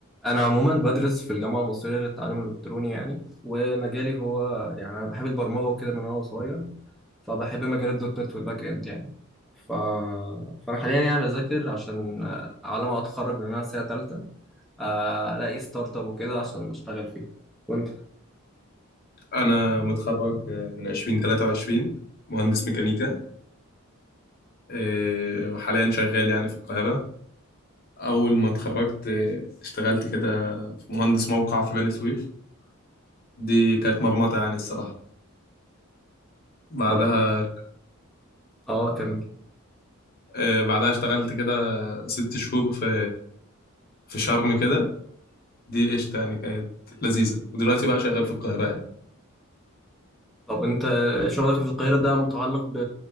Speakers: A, in the centre; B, on the left (about 45°).
A: أنا عموما بدرس في الجامعة المصرية للتعليم الإلكتروني يعني ومجالي هو يعني أنا بحب البرمجة وكده من وأنا صغير فبحب مجال الدوت نت والباك إند يعني ف... فأنا حاليا يعني بذاكر عشان آه، على ما أتخرج من أنا سنة تالتة آه، ألاقي ستارت أب وكده عشان أشتغل فيه وأنت
B: أنا متخرج آه، من 2023 مهندس ميكانيكا إيه، وحاليا شغال يعني في القاهرة أول ما اتخرجت إيه، اشتغلت كده في مهندس موقع في بني سويف دي كانت مرمطة يعني الصراحة بعدها
A: طب أه كمل
B: إيه، بعدها اشتغلت كده ست شهور في في شرم كده دي قشطة يعني كانت لذيذة ودلوقتي بقى شغال في القاهرة يعني
A: طب أنت شغلك في القاهرة ده متعلق ب...